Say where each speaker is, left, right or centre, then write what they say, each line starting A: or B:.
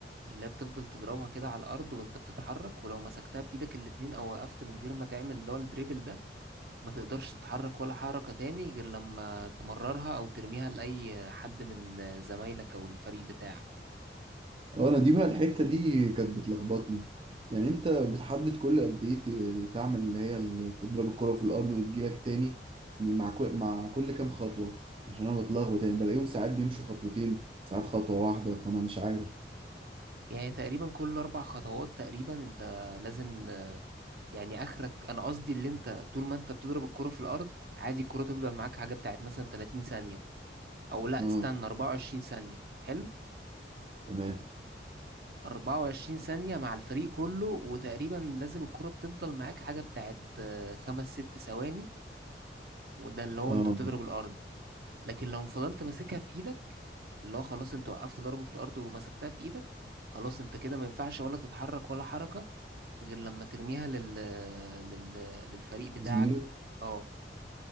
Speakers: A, on the right; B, on the right.
A: اللي هي بتفضل تضربها كده على الارض وانت بتتحرك ولو مسكتها بايدك الاتنين او وقفت من غير ما تعمل اللي هو الدريبل ده ما تقدرش تتحرك ولا حركة تاني غير لما تمررها أو ترميها لأي حد من زمايلك أو الفريق بتاعك
B: اه انا دي بقى الحتة دي كانت بتلخبطني يعني انت بتحدد كل قد ايه ت- تعمل اللي هي ال- تضرب الكرة في الارض وتجيلك تاني يعني مع كل مع كل كام خطوة عشان انا بتلخبط يعني بلاقيهم ساعات بيمشوا خطوتين ساعات خطوة واحدة فانا مش عارف
A: يعني تقريبا كل أربع خطوات تقريبا أنت لازم آه، يعني آخرك أنا قصدي اللي أنت طول ما أنت بتضرب الكرة في الأرض عادي الكرة تفضل معاك حاجة بتاعت مثلا 30 ثانية أو لأ
B: اه
A: استنى 24 ثانية حلو
B: تمام
A: 24 ثانية مع الفريق كله وتقريبا لازم الكرة بتفضل معاك حاجة بتاعت آه، خمس ست ثواني وده اللي هو
B: اه
A: أنت بتضرب الأرض لكن لو فضلت ماسكها في ايدك اللي هو خلاص انت وقفت ضربه في الارض ومسكتها بايدك خلاص انت كده ما ينفعش ولا تتحرك ولا حركه غير لما ترميها لل... لل... للفريق بتاعك
B: زميلك
A: اه